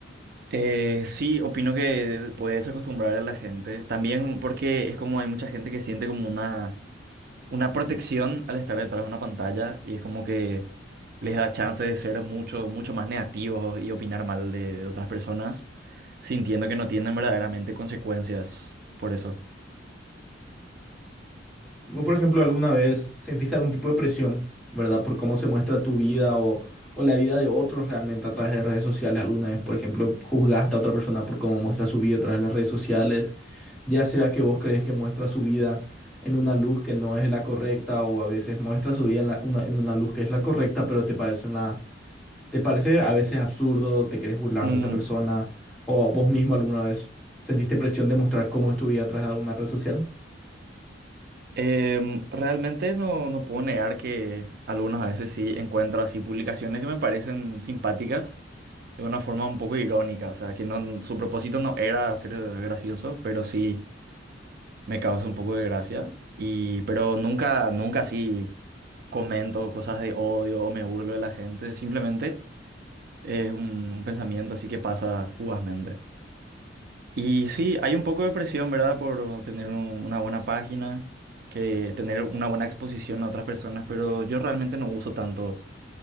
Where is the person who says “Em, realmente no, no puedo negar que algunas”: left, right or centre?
Right